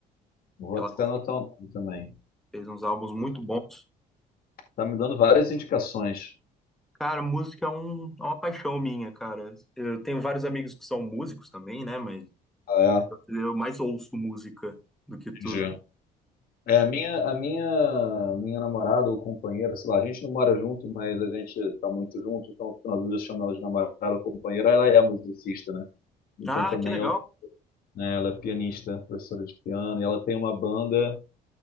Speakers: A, on the left (about 60°); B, in the centre.
A: Vou
B: Ela
A: até anotar o nome também.
B: fez uns álbuns muito bons.
A: Tá me dando várias indicações.
B: Cara, música é, um, é uma paixão minha, cara. Eu tenho vários amigos que são músicos também, né? Mas
A: Ah,
B: eu mais ouço música do que tudo.
A: é? Entendi. É, a minha, a minha, minha namorada ou companheira, sei lá, a gente não mora junto, mas a gente tá muito junto, então nas vezes eu chamo ela de namorada ou companheira, ela é musicista, né? Então
B: Ah,
A: também
B: que legal.
A: eu- né, ela é pianista, professora de piano, e ela tem uma banda